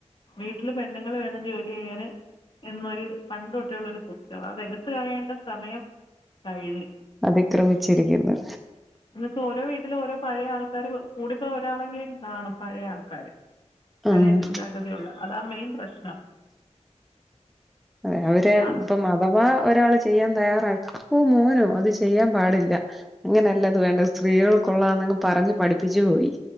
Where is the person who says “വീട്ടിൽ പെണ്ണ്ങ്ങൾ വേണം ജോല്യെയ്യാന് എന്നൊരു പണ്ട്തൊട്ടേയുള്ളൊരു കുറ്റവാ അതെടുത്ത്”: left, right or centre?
Left